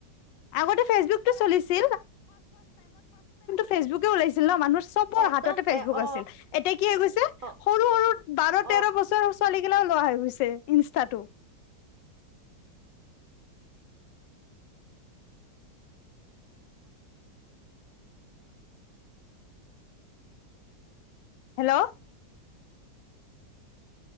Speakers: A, on the left; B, on the right.
A: আগতে ফেচবুকৰ চলাছিল ফেচবুকতো চলছিল ন মানুহ চবৰ
B: একদম
A: হাততে ফেচবুক
B: এ
A: আছিল
B: অ
A: এতিয়া কি হৈ গৈছে
B: অ
A: সৰু সৰু বাৰ
B: অ
A: তেৰ বছৰ ছোৱালীগিলাওঁ লোৱা হৈ গৈছে ইনষ্টাটো হেল্ল'